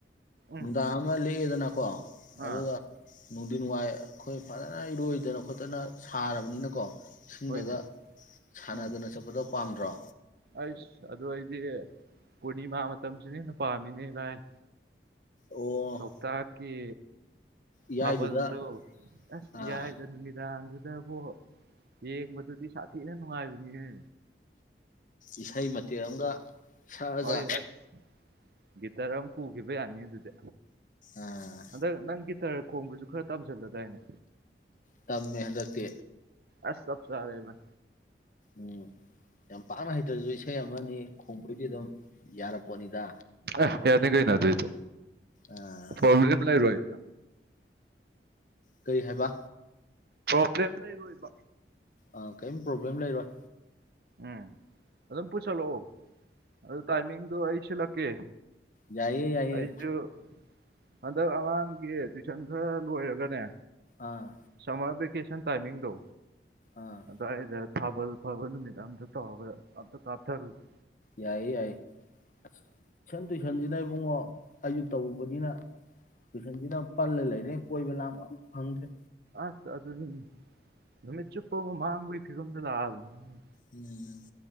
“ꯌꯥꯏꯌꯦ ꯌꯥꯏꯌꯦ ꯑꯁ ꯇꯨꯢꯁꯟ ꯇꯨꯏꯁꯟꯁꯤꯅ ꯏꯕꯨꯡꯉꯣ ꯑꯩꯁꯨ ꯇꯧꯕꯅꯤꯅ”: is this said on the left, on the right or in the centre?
Left